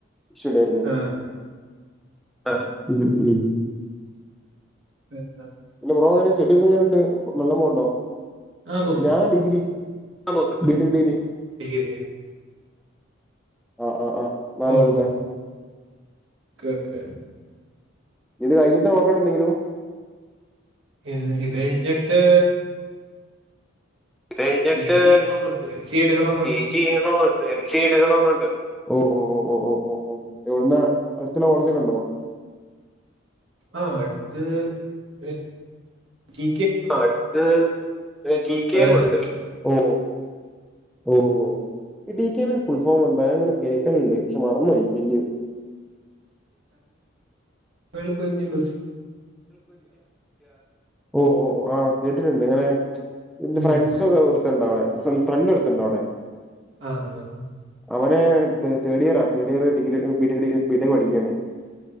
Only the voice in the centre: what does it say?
ണ്ടായിരുന്നു
ആ ഇമ് ഇമ്
എന്റെ ബ്രോ ഇങ്ങനെ സെഡങ്ങനെണ്ട് നല്ല പോണ്ടോ
ഞാൻ ഡിഗ്രി ആ നോക്കിക്കൊണ്ട് ബിട്ടക്ക് ഡിഗ്രി
ആഹ ആഹ് ആഹ് നാല്കൊല്ലത്തെ
ഇത് കഴഞ്ഞട്ട് നോക്കണ്ടേ എന്തെങ്കിലും
ഇത് കഴിഞ്ഞിട്ട്
പി ജി ചെയ്യണോന്നുണ്ട് എൽ സി എടുക്കണെന്നുണ്ട് ഓ ഓ ഓ ഓ ഓ ഓ ഓവ്ട്ന്നാ അട് ത്തന്നെ കോളേജൊക്കെണ്ടോ
ആ അടുത്ത് കെ കെ
എം ഉണ്ട് ഓ ഓഓ ഈ ഡി കെ എംൻറ്റെ ഫുൾ ഫോം എന്താ അങ്ങനെ കേൾക്കലണ്ട് പക്ഷെ മറന്ന് പോയി പിന്നിം
ഓ ഓ കേട്ടിട്ടുണ്ട് ഇങ്ങനെ
ഫ്രണ്ട് ത്തണ്ടവ്ടെ ഫ്രണ്ടൊരുത്തന്ണ്ടവിടെ
അവന് തേർഡ് ഇയറാ തേർഡ് ഇയർ ഡിഗ്രി ബിടെ ബിടെക് പഠിക്ക്യാണ്